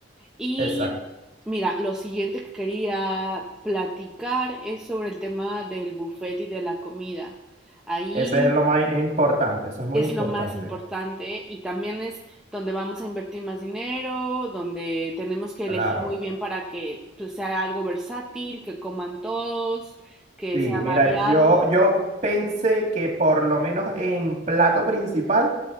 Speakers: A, in the centre; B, on the right.
A: Y
B: Exacto.
A: mira, lo siguiente que quería platicar es sobre el tema del buffet y de la comida. Ahí
B: Ese es lo más importante, eso es muy
A: es
B: importante.
A: lo más importante y también es donde vamos a invertir más dinero, donde tenemos que
B: Claro.
A: elegir muy bien para que pues, sea algo versátil, que coman todos, que
B: Sí,
A: sea
B: mira,
A: variado.
B: yo, yo pensé que por lo menos en plato principal,